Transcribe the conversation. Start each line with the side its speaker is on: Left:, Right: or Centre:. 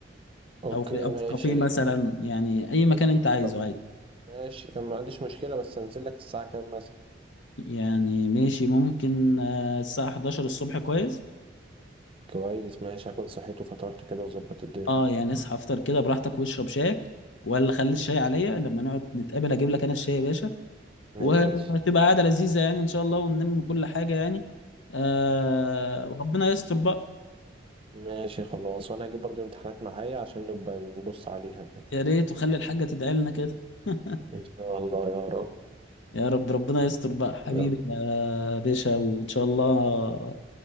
Right: اوكي
Left: او في او
Right: ماشي
Left: في كافيه مثلا يعني اي مكان
Right: طب
Left: انت عايزه
Right: طب
Left: عادي
Right: ماشي أنا ما عنديش مشكله بس هنزل لك الساعه كام مثلا
Left: يعني ماشي ممكن آه، الساعة 11 الصبح كويس
Right: كويس ماشي هكون صحيت وفطرت كده وظبطت الدنيا
Left: اه يعني اصحى افطر كده براحتك واشرب شايك ولا خلي الشاي عليا لما نقعد نتقابل اجيب لك انا الشاي يا باشا
Right: ماشي
Left: وهتبقى قعدة لذيذة يعني ان شاء الله ونلم كل حاجة يعني آه وربنا يستر بقى
Right: ماشي خلاص وانا هجيب برضو الامتحانات معايا عشان نبقى نبص عليها كده
Left: يا ريت وخلي الحاجة تدعي لنا كده <laughs>
Right: إن شاء الله يا رب
Left: يا رب ربنا يستر بقى حبيبي
Right: يلا إن
Left: يا باشا وان شاء الله